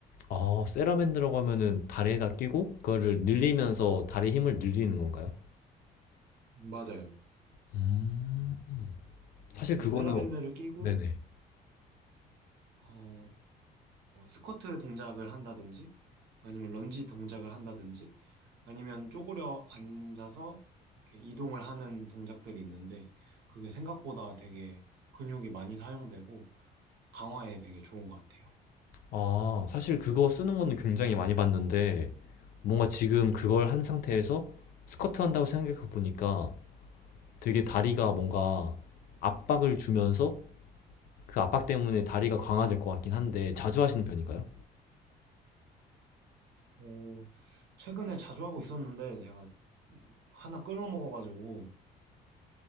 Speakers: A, on the left; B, on the right.
A: 아, 세라밴드라고 하면은 다리에다 끼고 그거를 늘리면서 다리 힘을 늘리는 건가요?
B: 맞아요.
A: 음,
B: 음.
A: 사실
B: 그래서
A: 그거는
B: 세라밴드를 끼고
A: 네네.
B: 어, 뭐 스쿼트 동작을 한다든지 아니면 런지 동작을 한다든지 아니면 쪼그려 앉아서 이렇게 이동을 하는 동작들이 있는데 그게 생각보다 되게 근육이 많이 사용되고 강화에 되게 좋은 것 같아요.
A: 아, 사실 그거 쓰는 거는 굉장히 많이 봤는데, 뭔가 지금 그걸 한 상태에서 스쿼트 한다고 생각해 보니까 되게 다리가 뭔가 압박을 주면서 그 압박 때문에 다리가 강화될 것 같긴 한데, 자주 하시는 편인가요?
B: 어, 최근에 자주 하고 있었는데 제가 하나 끊어 먹어가지고